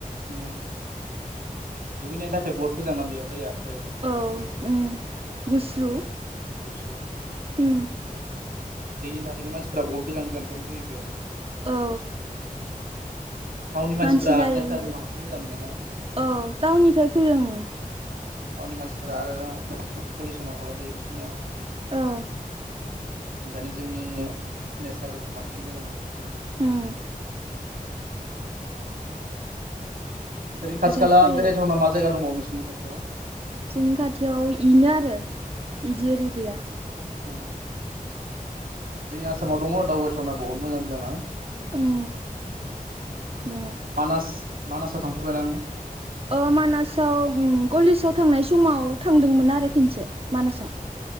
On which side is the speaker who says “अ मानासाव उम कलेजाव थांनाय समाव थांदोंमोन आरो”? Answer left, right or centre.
Right